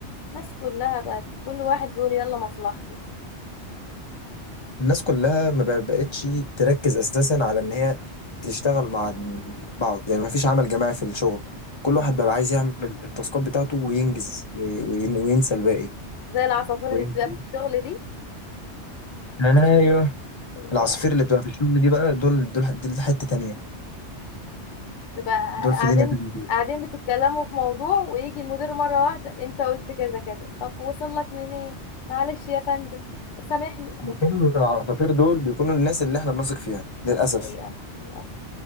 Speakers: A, on the left (about 90°); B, on the left (about 30°).
A: الناس كلها بقت كل واحد بيقول يلا مصلحتي
B: الناس كلها ما بق- بقتش تركز اساسا على ان هي تشتغل مع بعض يعني ما فيش عمل جماعي في الشغل كل واحد
A: مم.
B: بقى عايز يعمل التاسكات بتاعته وينجز وي- وين- وينسى الباقي
A: زي العصافير
B: ويمشي
A: اللي بتبقى في الشغل دي
B: ايوه
A: بالظبط
B: العصافير اللي بتبقى في الشغل دي بقى دول دول دول حته تانيه
A: تبقى
B: دول
A: قاعدين
B: في دنيا تانيه دول
A: قاعدين بتتكلموا في موضوع ويجي المدير مرة واحدة انت قلت كذا كذا طب وصل لك منين معلش يا فندم سامحني
B: مش كل العصافير دول بيكونوا الناس اللي احنا بنثق فيها للاسف
A: ايوه للأسف